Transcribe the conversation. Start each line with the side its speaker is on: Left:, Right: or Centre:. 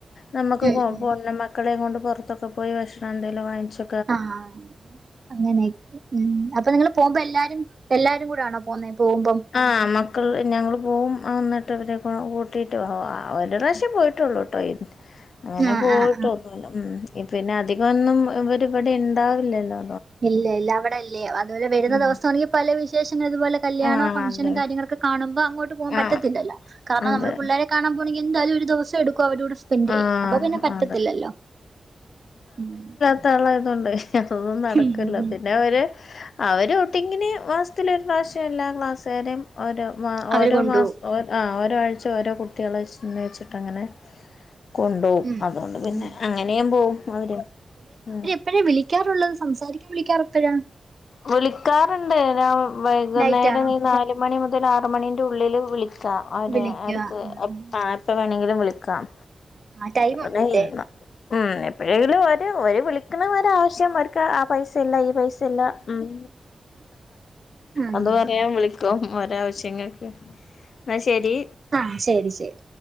Left: നമുക്ക്
Right: ഉം, ഉം.
Left: പൊണ് മക്കളെയ കൊണ്ട് പുറത്തൊക്കെ പോയി ഭക്ഷണം എന്തെങ്കിലും വാങ്ങിച്ച്
Right: ആഹ് അങ്ങനെയൊക്കെ ഉം അപ്പൊ നിങ്ങള് പോകുമ്പോ എല്ലാരും എല്ലാരും കൂടെയാണ് പോകുന്നത് പോകുമ്പം?
Left: ആ മക്കൾ ഞങ്ങൾ പോവും അന്നട്ട് അവരെ കൂട്ടിയിട്ട് അവ ഒരു പ്രാവശ്യേ പോയിട്ടുള്ളൂ ട്ടോ അങ്ങനെ
Right: ആ,
Left: പോയിട്ടോന്നുല്ല
Right: ആ, ആ.
Left: ഉം പിന്നെ അധികം ഒന്നും ഇവര് വിടെ ഇണ്ടാവില്ലല്ലോ.
Right: ഇല്ല ഇല്ല അവട അല്ലേ അതുപോലെ വരുന്ന
Left: ഉം
Right: ദിവസമാണെങ്കി പല വിശേഷങ്ങൾ ഇതുപോലെ കല്യാണോ
Left: ആഹ്
Right: ഫംഗ്ഷനും
Left: അതെ
Right: കാര്യങ്ങളൊക്കെ കാണുമ്പോ അങ്ങോട്ട് പോവാൻ പറ്റത്തില്ലല്ലോ
Left: ആഹ്
Right: കാരണം
Left: അതെ
Right: നമ്മള് പിള്ളേരെ കാണാൻ പോണെങ്കി എന്തായാലും ഒരു ദിവസം എടുക്കും അവര്ടെ കൂടെ
Left: ആഹ്
Right: <unintelligible> അപ്പൊ പിന്നെ പറ്റത്തില്ലല്ലോ
Left: അതെ
Right: ഉം.
Left: മൂത്താളായതു കൊണ്ട് അതൊന്നും നടക്ക്‌ല്ല
Right: ഉം.
Left: പിന്നെ ഒര് അവര് ഔട്ടിങ്ങിന് മാസ്ത്തിലൊരു പ്രാവശ്യം എല്ലാ ക്ലാസ്സുകാരെയും ഓരോ മാ
Right: അവര്
Left: ഓരോ
Right: കൊണ്ടുപോകും
Left: മാസ ആഹ് ഓരൊ ആഴ്ച ഓരോ കുട്ടികളെ <unintelligible> വെച്ചിട്ട് അങ്ങനെ കൊണ്ടോവും
Right: ഉം
Left: അതുകൊണ്ട് പിന്നെ
Right: ഉം
Left: അങ്ങനെയും പോവും അവര് ഉം
Right: എപ്പഴേ വിളിക്കാറുള്ളത് സംസാരിക്കാൻ വിളിക്കാറ് എപ്പഴാ
Left: വിളിക്കാറ്ണ്ട് ഞാൻ വൈകുന്നേരം
Right: നൈറ്റാണോ
Left: നാല് മണി മുതൽ ആറ് മണിന്റെ ഉള്ളില് വിളി ക്ക അവര്
Right: വിളിക്കുക
Left: എടക്ക്
Right: ആഹ്
Left: ആർക്ക് വേണെങ്കിലും വിളിക്കാം
Right: ആ ടൈം ഉണ്ടല്ലേ
Left: നാ ഇന്ന് ഉം എപ്പോഴെങ്കിലും ഒര് ഒരു വിളിക്കുന്ന ഒരാവശ്യം അവര്ക്ക് ആ പൈസ ഇല്ല ഈ പൈസ ഇല്ല ഉം
Right: ആഹ്
Left: അത്പറയാൻ
Right: അങ്ങനെ
Left: വിളിക്കൊ ഒരാവശ്യങ്ങൾക്ക് ന്ന ശെരി
Right: ആഹ് ശെരി ശെരി